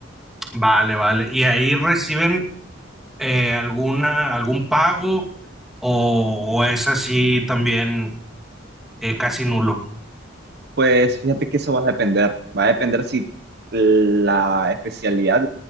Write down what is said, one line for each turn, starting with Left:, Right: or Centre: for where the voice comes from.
Centre: Vale, vale. ¿Y ahí reciben eh, alguna, algún pago o, o es así también eh, casi nulo?
Right: Pues fíjate que eso va a depender. Va a depender si la especialidad